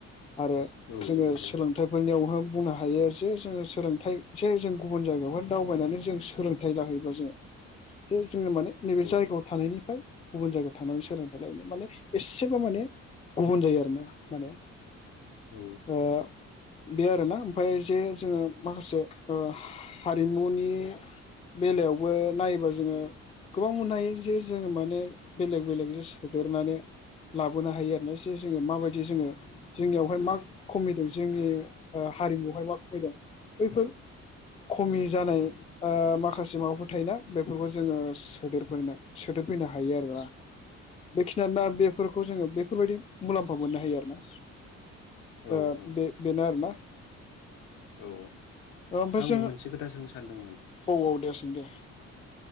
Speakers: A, on the left; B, on the left.
A: आरो
B: औ
A: जोङो
B: नंगौ
A: सोलोंथाइफोरनियावह बुंनो हायो जे जोङो सोलोंथाइ जे जों गुबुन जायगायावहाय दावबायनानै जों सोलोंथाइ लाहैयोबा जोङो जोङो माने नैबे
B: औ
A: जायगायाव बिनिफ्राय गुबुन जायगायाव थांनानै सोलोंथाइ लनो माने एसेब माने गुबुन जायो आरो ना माने
B: औ
A: ओ बे आरोना ओमफाय जे जोङो माखासे ओ हा-हारिमुनि बेलायावबो नायोबा जोङो गोबां मोननो हायो। जे जोङो माने बेलेग बेलेग जे सोदेरनानै लाबोनो हायो आरो ना जे जोङो माबायदि जोङो जोंनियावहाय मा खमायदों जोंनि ओ हारिमुआवहाय मा खमायदों बैफोर खमि जानाय ओ माखासे माबाफोर थायोना बेफोरखौ जोङो सोदेरफोरनो सोदेर फैनो हायो आरो ना बेखिनियानो ना बेफोरखौ जोङो बेफोरबायदि मुलाम्फा मोननो हायो आरो ना
B: औ
A: ओ
B: औ नंगौ
A: बे बेनो आरो ना
B: औ
A: ओमफ्राय
B: आं
A: जोङो
B: मोनसे खोथा सोंनो सानदोंमोन
A: औ औ दे सों दे